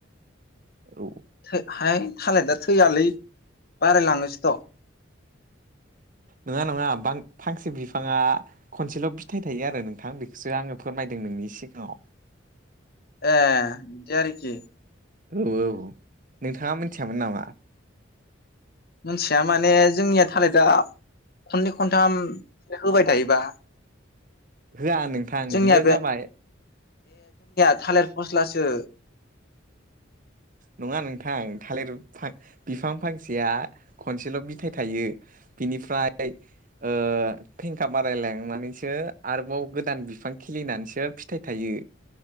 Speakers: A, on the right; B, on the left.
A: औ
B: थो हाय थालेदा थैयालै बारायलांङोसोथ'
A: नोंङा नङा बां फांसे बिफांङा खनसेल' फिथाइ थायो आरो नोंथां बेखौसो आंङो फोरमायदों नोंनि सिगांङाव
B: ए दि आरोखि
A: औ औ नोंथांङा मिथियामोन नामा?
B: मोनथिया माने जोंनिया थालेरदा खननै खनथाम होबाय थायोबा
A: होआ नोंथां
B: जोंनिया
A: बियो जाबाय
B: थालेर फस्लासो
A: नंङा नोंथां थालेर बा बिफां फांसेया खनसेल' बिथाइ थायो बिनिफ्राय ओ फेंखा बारायलांनानैसो आरोबाव गोदान बिफां खिलिनानैसो फिथाइ थायो